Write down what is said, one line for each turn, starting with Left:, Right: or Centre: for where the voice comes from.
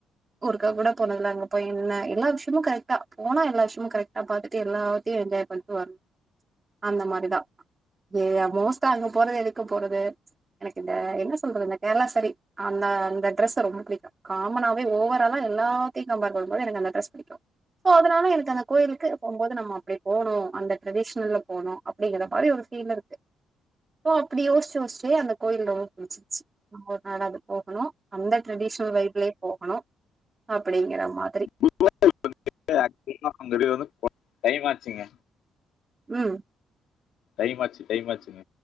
Right: ஒருக்க கூட போனதுல அங்க போய் என்ன எல்லா விஷயமும் கரெக்ட்டா போனா எல்லா விஷயமும் கரெக்ட்டா பாத்துட்டு எல்லாத்தியு என்ஜாய் பண்ட்டு வரணு அந்த மாறிதா ஏயா மோஸ்டா அங்க போறது எதுக்கு போறது எனக்கு இந்த என்ன சொல்றது இந்த கேரளா சரி அந்த அந்த டிரெஸ்சு ரொம்ப பிடிக்கு காமனாவே ஓவராலா எல்லாத்தையு கம்பார் பன்னு போது எனக்கு அந்த டிரெஸ் பிடிக்கு சோ அதனால எனக்கு அந்த கோயிலுக்கு போகும்போது நம்ம அப்டி போனு அந்த ட்ரெடிஷ்னல்ல போனோ அப்டிங்கரோ மாறி ஒரு பீல் இருக்கு ஓ அப்டி யோசிச்சு யோசிச்சே அந்த கோயில் ரொம்ப பிடிச்சிச்சி நம்ம ஒரு நாள் அது போகணு அந்த ட்ரெடிஷ்னல் வைப்ளே போகணு அப்டிங்கற மாற்
Left: <unintelligible> <unintelligible> டைமாச்சிங்க
Right: உம்
Left: டைம் ஆச்சி டைம் ஆச்சிங்க